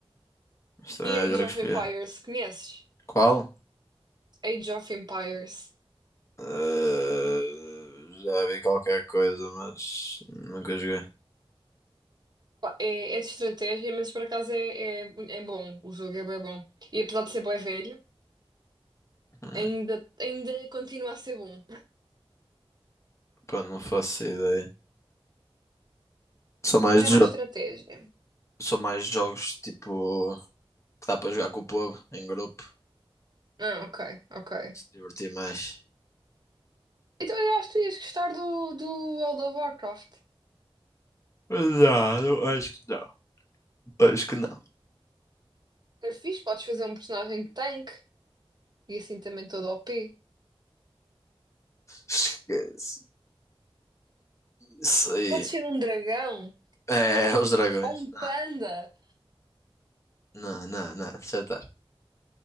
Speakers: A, on the left; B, on the right.
A: Mas também
B: E
A: há
B: Age
A: jogos
B: of
A: pior.
B: Empires, conheces?
A: Qual?
B: Age of Empires.
A: Eh, já vi qualquer coisa, mas nunca joguei.
B: É, é de estratégia, mas por acaso é, é, é bom. O jogo é bem bom. E apesar de ser bem velho,
A: Hum,
B: ainda, ainda continua a ser bom.
A: pá, não faço ideia. Sou mais
B: Mas é
A: de
B: mais
A: jogos.
B: estratégia.
A: Sou mais de jogos tipo que dá para jogar com o povo em grupo.
B: Ah, ok, ok.
A: Se divertir mais.
B: Então eu acho que tu ias gostar do, do World of Warcraft.
A: Mas Não, não, acho que não. Acho que não.
B: É fixe, podes fazer um personagem de tanque e assim também todo o p
A: Esquece. Isso aí.
B: Pode ser um dragão
A: É, é os dragões.
B: ou um panda.
A: Não, não, não, não, já está.